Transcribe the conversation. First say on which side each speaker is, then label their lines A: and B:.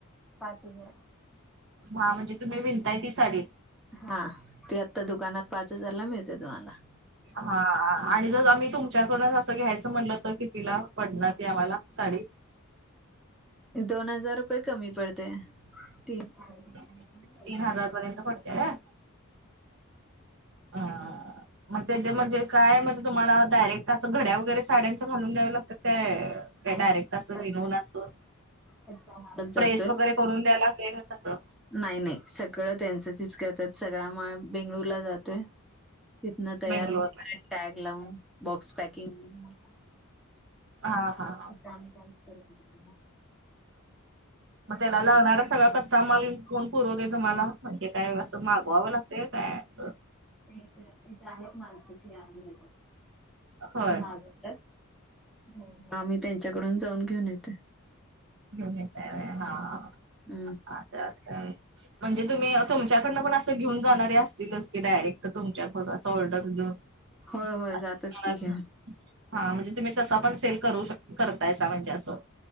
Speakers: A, in the centre; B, on the right.
A: पाच हजार
B: हा म्हणजे, तुम्ही विणताय ती साडी
A: हा ती आत्ता दुकानात पाच हजारला मिळते तुम्हाला
B: हा आणि जर आम्ही तुमच्याकड असं घ्यायचं म्हणलं, तर कितिला पडणार ती आम्हाला साडी?
A: दोन हजार रुपये कमी पडतय तीन
B: तीन
A: हजार पडते.
B: हजार पर्यंत पडतीया व्हय. आ आ मग त्याचे म्हणजे काय? म्हणजे तुम्हाला डायरेक्ट असं घड्या वगैरे साड्यांच घालून द्यावं लागतंय काय? काय
A: नाही
B: डायरेक्ट
A: नाही.
B: अस विनून अस
A: कच्चा माल. जातोय
B: प्रेस वगैरे करून द्यायला लागतंय काय कसं
A: नाही नाही सगळं त्यांचं तिच करतात सगळा माल बेंगळूर ला जातोय. तीथनं तयार
B: बेंगलोर
A: होऊन परत टॅग लावून, बॉक्स पॅकिंग
B: हा हा
A: इथं आम्ही काहीच करत नाही.
B: मग त्याला लागणारा सगळा कच्चा माल कोण पुरवतय तुम्हाला?
A: बे
B: म्हणजे काय असं मागवावं लागतंय काय अस?
A: नाही इथ इथे आहेत माणस ती आणून देतात.
B: होय
A: महाराष्ट्रात मग आम्ही त्यांच्याकडून जाऊन घेऊन येतोय.
B: घेऊन येताय व्हय हा हा
A: अ.
B: <unintelligible> म्हणजे तुम्ही तुमच्याकडनं पण असं घेऊन जाणारे असतीलच, की डायरेक्ट तुमच्याकड असं ऑर्डर देऊन
A: व्हय
B: असं
A: व्हय जातात
B: दुकानातून.
A: की घेऊन
B: हा म्हणजे तुम्ही तसा पण सेल करू, शक करतायसा म्हणजे असं